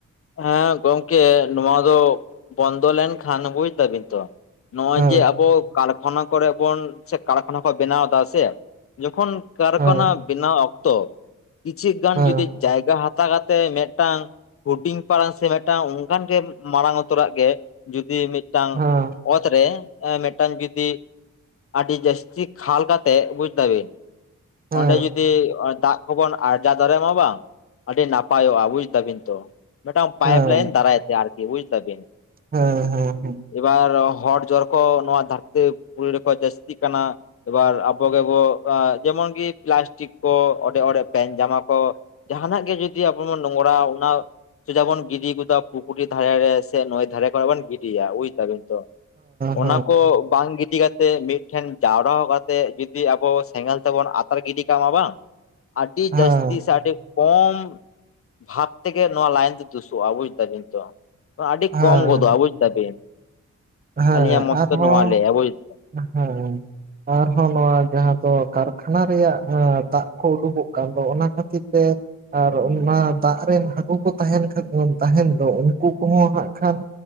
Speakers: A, on the left; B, on the right.
A: ᱦᱮᱸ ᱜᱚᱝᱠᱮ ᱱᱚᱣᱟ ᱫᱚ ᱵᱚᱱᱫᱚ ᱞᱮᱱᱠᱷᱟᱱ ᱵᱩᱡ ᱫᱟᱵᱤᱱ ᱛᱚ ᱱᱚᱜ-ᱚᱭ
B: ᱦᱮᱸ
A: ᱡᱮ ᱟᱵᱚ ᱠᱟᱨᱠᱷᱟᱱᱟ ᱠᱚᱨᱮ ᱵᱚᱱ ᱥᱮ ᱠᱟᱨᱠᱷᱟᱱᱟ ᱠᱚ ᱵᱮᱱᱟᱣ ᱮᱫᱟ ᱥᱮ ᱡᱚᱠᱷᱚᱱ ᱠᱟᱨᱠᱷᱟᱱᱟ
B: ᱦᱮᱸ
A: ᱵᱮᱱᱟᱣ ᱚᱠᱛᱚ ᱠᱤᱪᱷᱩ ᱜᱟᱱ
B: ᱦᱮᱸ
A: ᱡᱩᱫᱤ ᱡᱟᱭᱜᱟ ᱦᱟᱛᱟᱣ ᱠᱟᱛᱮ ᱢᱤᱫᱴᱟᱝ ᱦᱩᱰᱤᱧ ᱯᱟᱨᱟᱝ ᱥᱮ ᱢᱤᱫᱴᱟᱝ ᱚᱱᱠᱟᱱ ᱜᱮ ᱢᱟᱲᱟᱝ ᱩᱛᱟᱹᱨᱟᱜ ᱜᱮ ᱡᱩᱫᱤ ᱢᱤᱫ ᱢᱤᱫᱴᱟᱝ
B: ᱦᱮᱸ
A: ᱚᱛ ᱨᱮ ᱮᱸ ᱢᱤᱫᱴᱟᱝ <unintelligible> ᱟᱹᱰᱤ ᱡᱟᱹᱥᱛᱤ ᱠᱷᱟᱞ ᱠᱟᱛᱮ ᱵᱩᱡ ᱫᱟᱵᱤᱱ
B: ᱦᱮᱸ
A: ᱚᱸᱰᱮ ᱡᱩᱫᱤ ᱫᱟᱜ ᱠᱚ ᱵᱚᱱ ᱟᱨᱡᱟᱣ ᱫᱟᱲᱮᱭᱟᱜ ᱢᱟ ᱵᱟᱝ ᱟᱹᱰᱤ ᱱᱟᱯᱟᱭᱚᱜᱼᱟ ᱵᱩᱡ ᱫᱟᱵᱤᱱ ᱛᱚ ᱢᱤᱫᱴᱟᱝ ᱯᱟᱭᱤᱯ
B: ᱦᱮᱸ
A: ᱞᱟᱭᱤᱱ ᱫᱟᱨᱟᱭ ᱛᱮ ᱟᱨᱠᱤ ᱵᱩᱡᱽ ᱫᱟᱵᱤᱱ
B: ᱦᱮᱸ ᱦᱮᱸ ᱦᱮᱸ
A: ᱮᱵᱟᱨ ᱦᱚᱲ ᱡᱚᱨ ᱠᱚ ᱱᱚᱣᱟ ᱫᱷᱟᱹᱨᱛᱤ ᱯᱩᱨᱤ ᱨᱮᱠᱚ ᱡᱟᱹᱥᱛᱤᱜ ᱠᱟᱱᱟ ᱮᱵᱟᱨ ᱟᱵᱚ ᱜᱮᱵᱚ ᱮᱸ ᱡᱮᱢᱚᱱ ᱜᱮ ᱯᱞᱟᱥᱴᱤᱠ ᱠᱚ ᱚᱲᱮᱡ ᱚᱲᱮᱡ ᱯᱮᱱᱴ ᱡᱟᱢᱟ ᱠᱚ ᱡᱟᱦᱱᱟᱜ ᱜᱮ ᱡᱩᱫᱤ ᱟᱵᱚ ᱱᱚᱝᱨᱟ ᱚᱱᱟ ᱪᱮᱫᱟᱜ ᱵᱚᱱ ᱜᱤᱰᱤ ᱜᱚᱫᱟ ᱯᱩᱠᱷᱨᱤ ᱫᱷᱟᱨᱮ ᱨᱮ ᱥᱮ ᱱᱟᱹᱭ ᱫᱷᱟᱨᱮ ᱠᱚᱨᱮ ᱵᱚᱱ ᱜᱤᱰᱤᱭᱟ ᱵᱩᱡᱽ ᱫᱟᱵᱤᱱ ᱛᱚ
B: ᱦᱮᱸ
A: ᱚᱱᱟ ᱠᱚ ᱵᱟᱝ ᱜᱤᱰᱤ ᱠᱟᱛᱮ ᱢᱤᱫ ᱴᱷᱮᱱ ᱡᱟᱣᱨᱟ ᱠᱟᱛᱮ ᱡᱩᱫᱤ ᱟᱵᱚ ᱥᱮᱸᱜᱮᱞ ᱛᱮᱵᱚᱱ ᱟᱛᱟᱨ ᱜᱤᱰᱤ ᱠᱟᱜᱼᱟ ᱵᱟᱝ
B: <inaudible>
A: ᱟᱹᱰᱤ
B: ᱦᱮᱸ
A: ᱡᱟᱹᱥᱛᱤ ᱥᱮ ᱟᱹᱰᱤ ᱠᱚᱢ ᱵᱷᱟᱵ ᱛᱮᱜᱮ ᱱᱚᱣᱟ ᱞᱟᱭᱤᱱ ᱫᱩᱥᱚᱜ-ᱟ ᱵᱩᱡᱽ ᱫᱟᱵᱤᱱ ᱛᱚ ᱟᱹᱰᱤ
B: ᱦᱮᱸ ᱦᱮᱸ
A: ᱠᱚᱢ ᱜᱚᱫᱚᱜᱼᱟ ᱵᱩᱡᱽ ᱫᱟᱵᱤᱱ
B: ᱦᱮᱸ
A: ᱟᱞᱤᱧᱟᱜ ᱢᱚᱛ
B: ᱟᱨᱦᱚᱸ
A: ᱛᱮ ᱱᱚᱣᱟ ᱞᱟᱹᱭᱟᱭ ᱵᱩᱡᱽ ᱫᱟᱢ
B: ᱦᱮᱸ ᱟᱨᱦᱚᱸ ᱱᱚᱣᱟ ᱡᱟᱦᱟᱸ ᱫᱚ ᱠᱟᱨᱠᱷᱟᱱᱟ ᱨᱮᱭᱟᱜ ᱮᱸ ᱫᱟᱜ ᱠᱚ ᱩᱰᱩᱠᱚᱜ ᱠᱟᱱ ᱫᱚ ᱚᱱᱟ ᱠᱷᱟᱹᱛᱤᱨ ᱛᱮ ᱟᱨ ᱚᱱᱟ ᱫᱟᱜ ᱨᱮᱱ ᱦᱟᱹᱠᱩ ᱠᱚ ᱛᱟᱦᱮᱱ ᱠᱷᱟᱱ ᱛᱟᱦᱮᱱ ᱫᱚ ᱩᱱᱠᱩ ᱠᱚᱦᱚᱸ ᱦᱟᱸᱜ ᱠᱷᱟᱱ